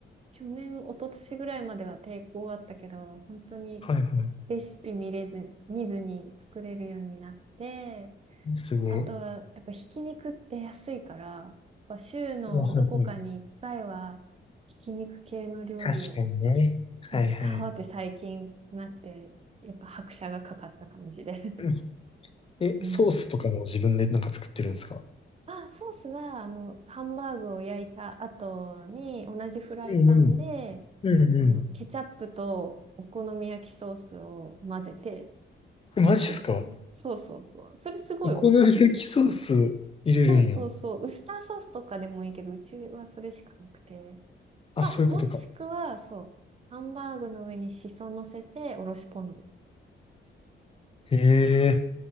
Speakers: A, on the right; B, on the left.
A: 去年、一昨年ぐらいまでは抵抗あったけど、本当に、
B: はいは
A: レシピ見れず、見ずに作れるようになって、
B: い。すごい。
A: あとは、やっぱひき肉って安いから、やっぱ週のどこかに一回は、
B: あはいはい
A: ひき肉系の料理を、
B: 確かにね。はいはい。
A: そう、使おうって最近なって、やっぱ拍車がかかった感じで。<laughs>
B: うんえ、
A: うん。
B: ソースとかも自分でなんか作ってるんですか
A: あ、ソースは、あの、ハンバーグを焼いた後に、同じフライパンで、
B: うんうん。うんう
A: あの、ケチャップとお好み焼きソースを混ぜて
B: ん。マジっすか
A: 作る。そうそうそう。それすごい美味しい。
B: お好み焼きソース入れるんや。
A: そうそうそう。ウスターソースとかでもいいけど、うちはそれしかなくて。
B: あ、
A: そう、
B: そういうことか。
A: もしくは、そう、ハンバーグの上にシソ乗せて、おろしポン酢。
B: へえ。